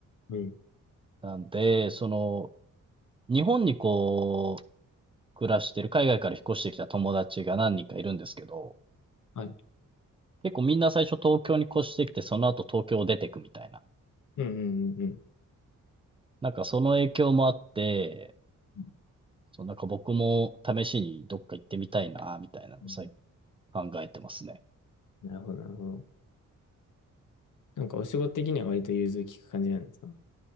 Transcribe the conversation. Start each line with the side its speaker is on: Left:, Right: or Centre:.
Left: うん。
Right: なんで、その、日本にこう、暮らしてる、海外から引っ越してきた友達が何人かいるんですけど、
Left: はい。
Right: 結構みんな最初東京に越してきて、その後東京を出てくみたいな。
Left: うん。うん。うん。
Right: なんかその影響もあって、
Left: うん
Right: そう、なんか僕も試しにどっか行ってみたいな、みたいなのを最
Left: うん
Right: 近考えてますね。
Left: なるほど、なるほど。なんかお仕事的には割と融通きく感じなんですか